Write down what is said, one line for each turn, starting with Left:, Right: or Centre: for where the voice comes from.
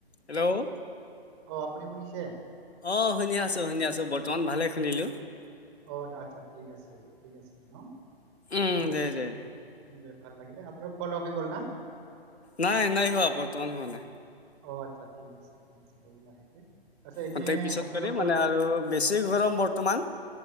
Left: Hello
Right: অ আপুনি শুনিছে
Left: অ শুনি আছো শুনি আছো বৰ্তমান ভালে শুনিলো।
Right: অ আচ্ছা ঠিক আছে ঠিক আছে। ন
Left: উম
Right: ত'
Left: দে দে দে
Right: দে ভাল লাগিলে আপোনাৰ খল অফ হৈ গ'ল না
Left: নাই এ নাই হোৱা বৰ্তমান হোৱা নাই।
Right: অ আচ্ছা ঠিক আছে ঠিক আছে হ'ব লাহেকে আচ্ছা এনে
Left: খন্তেক পিছত
Right: আপোনালোকৰ
Left: কৰিম মানে আৰু বেছি গৰম বৰ্তমান।